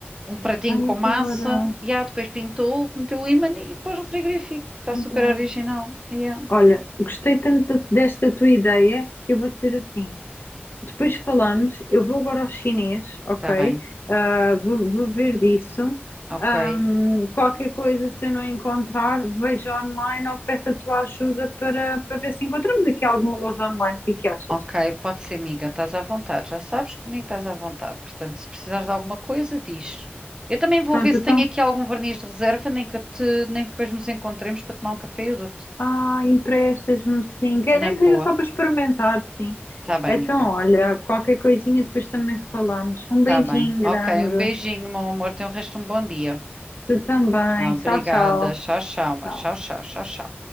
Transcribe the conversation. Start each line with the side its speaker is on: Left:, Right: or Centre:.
Right: um pratinho
Left: Ai,
Right: com
Left: adoro,
Right: massa, e ah, depois pintou, meteu o ímã e pôs no frigorífico. Está
Left: adoro.
Right: super original. Yeah.
Left: Olha, gostei tanto da- desta tua ideia que eu vou dizer assim. Depois falamos. Eu vou agora ao chinês, ok?
Right: Está bem,
Left: Ah, vou, vou ver disso.
Right: ok.
Left: Ahm, qualquer coisa, se eu não encontrar, vejo online ou peço a tua ajuda para, para ver se encontramos aqui alguma loja online. O que é que achas?
Right: Ok, pode ser, amiga, estás à vontade. Já sabes que comigo estás à vontade. Portanto, se precisares de alguma coisa, diz. Eu também vou
Left: Pronto,
Right: ver se
Left: então.
Right: tenho aqui algum verniz de reserva, nem que eu te, nem que depois nos encontremos para tomar um café e eu dou-te.
Left: Ah, emprestas-me sim. Quer
Right: Na
Left: nem
Right: boa.
Left: que seja só para experimentar, sim.
Right: Tá bem,
Left: Então,
Right: amiga.
Left: olha, qualquer coisinha depois também falamos. Um
Right: Tá
Left: beijinho
Right: bem.
Left: grande.
Right: Ok, um beijinho, meu amor. Tenha o resto de um bom dia.
Left: Tu também.
Right: Ah, Obrigada.
Left: Tchau, tchau.
Right: Tchau, tchau, amor.
Left: Tchau.
Right: Tchau, tchau, tchau, tchau.